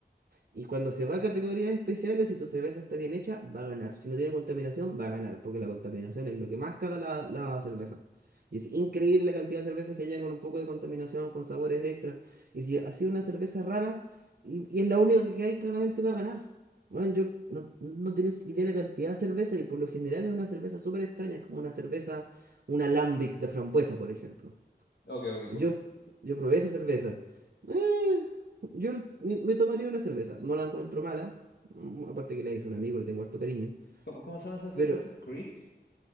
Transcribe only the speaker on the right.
Y cuando se va a categorías especiales, si tu cerveza está bien hecha, va a ganar. Si no tiene contaminación, va a ganar, porque la contaminación es lo que más caga la, la cerveza. Y es increíble la cantidad de cervezas que llegan con un poco de contaminación, con sabores extra. Y si ha sido una cerveza rara, y, y es la única que hay, claramente va a ganar. Bueno, yo no, no tenés idea de la cantidad de cerveza, y por lo general es una cerveza súper extraña, es como una cerveza, una alambic de frambuesa, por ejemplo.
Yo, yo probé esa cerveza. Eh, yo me me tomaría una cerveza. No la encuentro mala. Mm, Aparte que la hice un amigo, le tengo harto cariño.
Pero,